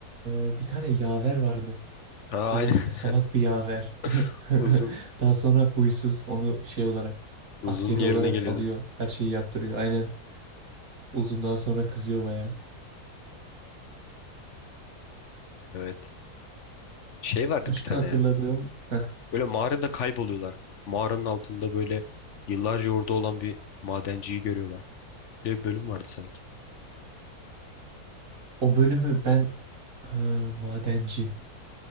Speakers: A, on the right; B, on the left.
A: Ee, bir tane yaver vardı.
B: Ha,
A: Böyle
B: aynen.
A: salak bir yaver.
B: <laughs>
A: <laughs>
B: Uzun.
A: Daha sonra huysuz onu şey olarak
B: Uzun
A: askeri
B: yerine
A: olarak
B: geliyordu.
A: alıyor. Her şeyi yaptırıyor. Aynen. Uzundan sonra kızıyor baya.
B: Evet. Şey vardı
A: Başka
B: bir tane
A: hatırladığım
B: ya.
A: heh,
B: Böyle mağarada kayboluyorlar. Mağaranın altında böyle yıllarca orada olan bir madenciyi görüyorlar. Böyle bir bölüm vardı sanki.
A: o bölümü ben ha, madenci.